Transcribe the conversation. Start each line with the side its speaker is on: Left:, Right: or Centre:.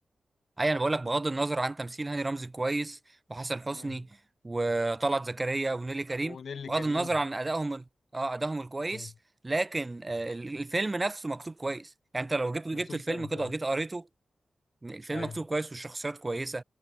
Right: اي انا بقول لك بغض النظر عن تمثيل هاني رمزي كويس وحسن حسني
Left: مم.
Right: وطلعت زكريا ونيلي كريم
Left: ونيلي كريم
Right: بغض النظر عن ادائهم ال- اه ادائهم الكويس
Left: آه.
Right: لكن آه، ال- الفيلم نفسه مكتوب كويس يعني انت لو جبت
Left: مكتوب
Right: جبت الفيلم
Left: فعلا
Right: كده
Left: كويس
Right: جيت قريته الفيلم
Left: ايوه
Right: مكتوب كويس والشخصيات كويسه